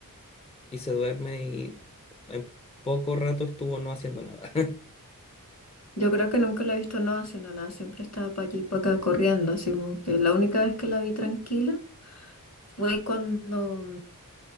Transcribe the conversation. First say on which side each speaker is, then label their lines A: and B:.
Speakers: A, on the left (about 20°); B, on the left (about 50°).
A: y se duerme y en poco rato estuvo no haciendo nada. <laughs>
B: Yo creo que nunca la he visto no haciendo nada, siempre estaba para allí y para acá corriendo, así como que la única vez que la vi tranquila fue cuando